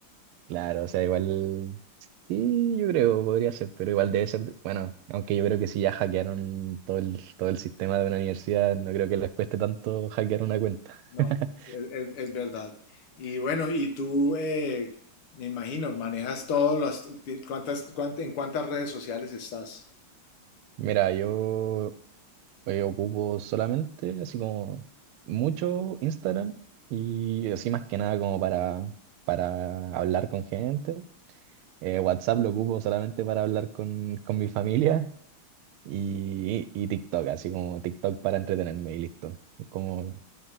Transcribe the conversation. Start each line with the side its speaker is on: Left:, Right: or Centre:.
Right: claro, o sea, igual, sí, yo creo, podría ser, pero igual debe ser, bueno, aunque yo creo que si ya hackearon todo el, todo el sistema de una universidad, no creo que les cueste tanto hackear una cuenta.
Left: No,
Right: <laughs>
Left: es, es- es verdad. Y bueno, y tú, eh, me imagino, manejas todos los, ti- ¿cuántas, cuánt- en cuántas redes sociales estás?
Right: Mira, yo eh, ocupo solamente así como mucho Instagram y así más que nada como para, para hablar con gente. Eh, WhatsApp lo ocupo solamente para hablar con, con mi familia y, y TikTok, así como TikTok para entretenerme y listo. Como,